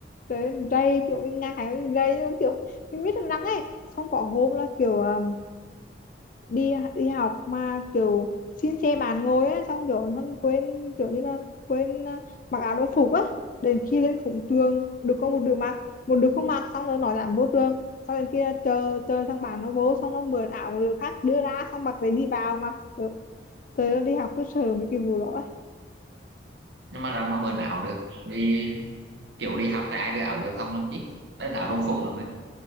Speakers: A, on the left; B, on the right.
A: trời rây kiểu mình ngại mình rây nhưng mà kiểu mình biết thằng răng ấy xong có hôm là kiểu um, đi đi học mà kiểu xin xe bàn ngồi á xong kiểu hơn quên kiểu như là quên uh, mặc áo đồng phục á đến khi lên cổng trường được có một đứa mặc một đứa không mặc xong rồi nó dám vô trường xong đến kia chờ chờ thằng bạn nó vô xong nó mượn áo của đứa khác đưa ra xong mặc lấy đi vào mà trời ơi, đi học cứ sợ mấy cái vụ đó
B: nhưng mà rằng mà mượn áo được vì kiểu đi học thì ai đưa áo dự phòng làm chứ đấy là áo
A: ấy.
B: đồng phục rồi mới